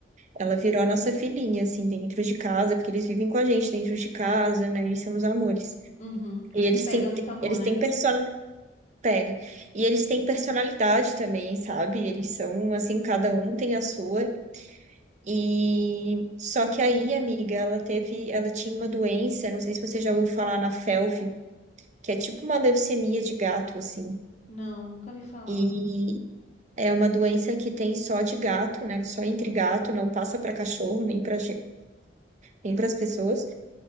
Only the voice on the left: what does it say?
uhum.
E pega
muito amor,
né?
Não, nunca vi falar.